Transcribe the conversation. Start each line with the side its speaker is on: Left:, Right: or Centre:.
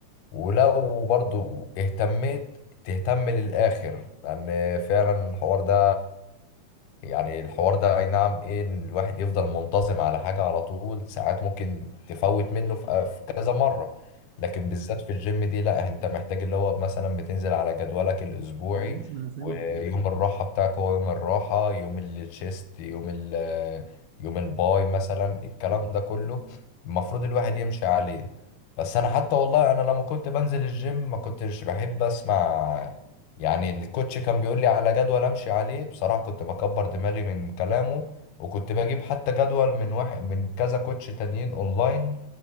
Left: ولو برضو اهتميت تهتم للآخر لأن فعلا الحوار ده يعني الحوار ده اي نعم ايه ان الواحد يفضل منتظم على حاجة على طول ساعات ممكن تفوت منه في في كذا مرة لكن بالذات في الجيم دي لا انت محتاج اللي هو مثلا بتنزل على جدولك الاسبوعي
Right: معلش ما انا سايبك
Left: ويوم
Right: بقى.
Left: الراحة بتاعك هو يوم الراحة يوم التشيست يوم ال يوم الباي مثلا الكلام
Right: مم.
Left: ده كله المفروض الواحد يمشي عليه بس انا حتى والله انا لما كنت بنزل الجيم ما كنتش بحب اسمع يعني الكوتش كان بيقول لي على جدول امشي عليه بصراحة كنت بكبر دماغي من كلامه وكنت بجيب حتى جدول من واحد من كذا كوتش تانيين اونلاين